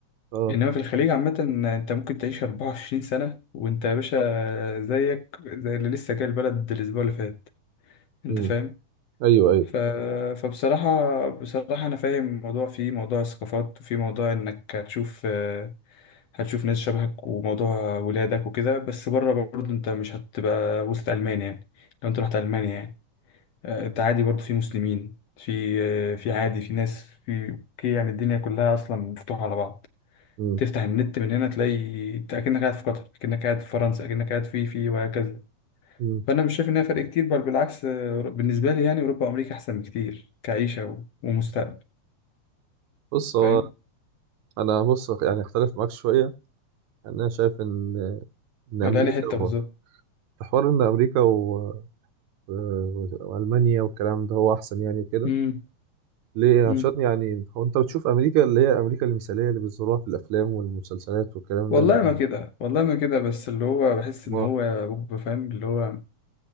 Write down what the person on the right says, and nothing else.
أه
مم.
أيوه أيوه
مم.
مم.
بص هو
أنا بص يعني أختلف معاك شوية انا شايف ان ان امريكا
هو
في حوار ان امريكا و... و... والمانيا والكلام ده هو احسن يعني وكده
ليه
عشان يعني هو انت بتشوف امريكا اللي هي امريكا المثاليه اللي بيصوروها في الافلام والمسلسلات والكلام
ده اللي هي
ما